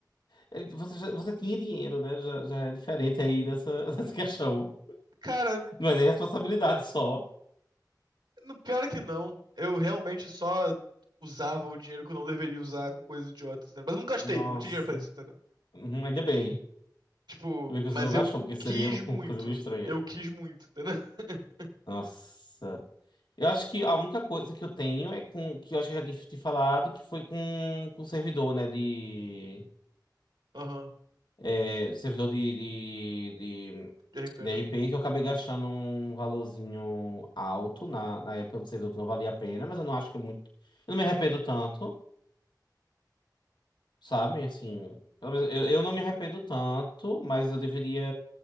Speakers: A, on the left; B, on the right.
A: É, Você, já- você tinha dinheiro, né? Já, já é diferente aí dessa, <laughs> dessa questão.
B: Cara,
A: Não é nem responsabilidade só.
B: no, pior é que não. Eu realmente só usava o dinheiro que eu não deveria usar com coisas idiotas, entendeu? Mas eu não gastei,
A: Nossa.
B: eu não tinha dinheiro pra isso, entendeu?
A: Uhum, ainda bem.
B: Tipo,
A: Ainda bem que
B: mas
A: você não gastou,
B: eu
A: porque seria
B: quis
A: <laughs> uma
B: muito.
A: coisa meio estranha.
B: Eu quis muito, entendeu? <laughs>
A: Nossa. Eu acho que a única coisa que eu tenho é com que eu acho que eu já tinha te falado, que foi com, com servidor, né? De.
B: Aham,
A: é, servidor de, de, de,
B: de RP,
A: de
B: né?
A: RP, que eu acabei gastando um valorzinho alto na, na época, um servidor que não valia a pena, mas eu não acho que é muito. Eu não me arrependo tanto. Sabe, assim, pelo menos eu, eu não me arrependo tanto, mas eu deveria